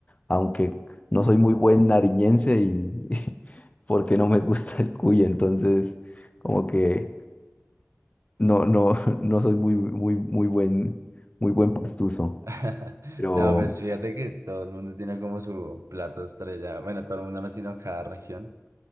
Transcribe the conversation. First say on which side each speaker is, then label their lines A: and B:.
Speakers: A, on the left (about 30°); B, on the right (about 85°).
A: aunque no soy muy buen nariñense y <laughs> porque no me gusta el cuy, entonces como que no, no, <laughs> no soy muy, muy, muy buen, muy buen pastuso.
B: <laughs>
A: Pero
B: No, pues fíjate que todo el mundo tiene como su plato estrella. Bueno, todo el mundo no, sino cada región.